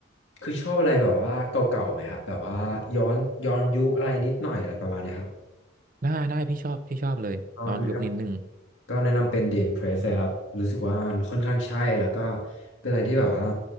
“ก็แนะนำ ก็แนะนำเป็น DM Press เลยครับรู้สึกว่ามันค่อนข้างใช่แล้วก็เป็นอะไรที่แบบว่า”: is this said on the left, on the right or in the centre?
Left